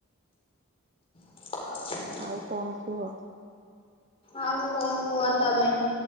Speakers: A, on the left (about 25°); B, on the right (about 35°).
A: <inaudible>
B: ଆଉ କଣ କୁହ।
A: ଆଉ କଣ କୁହ ତମେ। <inaudible>